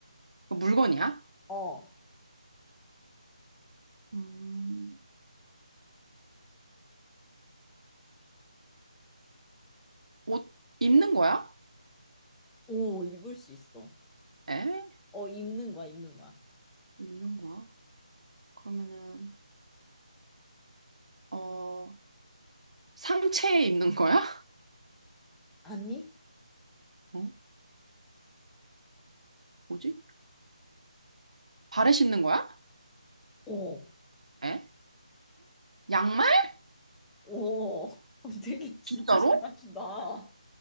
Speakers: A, on the right; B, in the centre.
A: 그 물건이야?
B: 어,
A: 음, 옷 입는 거야?
B: 오, 입을 수 있어.
A: 에?
B: 어, 입는 거야, 입는 거야.
A: 입는 거야? 그러면은, 어, 상체에 입는 거야?
B: 아니?
A: 어? 뭐지? 발에 신는 거야?
B: 어,
A: 에? 양말?
B: 오, <laughs> 되게 진짜
A: 진짜로?
B: 잘 맞춘다.